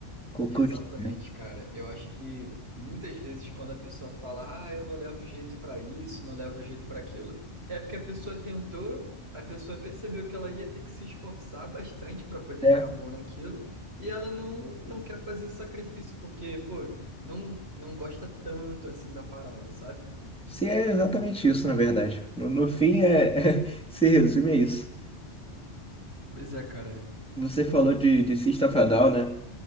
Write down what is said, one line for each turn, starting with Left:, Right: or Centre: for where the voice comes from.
Centre: com o
Right: Exatamente,
Centre: custo, né?
Right: cara. Eu acho que muitas vezes quando a pessoa fala, ah, eu não levo jeito para isso, não levo jeito para aquilo, é porque a pessoa tentou, a pessoa percebeu que ela ia ter que se esforçar bastante para poder
Centre: É,
Right: ficar boa naquilo, e ela não, não quer fazer esse sacrifício porque, pô, não, não gosta tanto assim da parada, sabe?
Centre: se é exatamente isso, na verdade. No, no fim, é, <laughs> se resume a isso.
Right: Pois é, cara.
Centre: Você falou de, de System of a Down, né?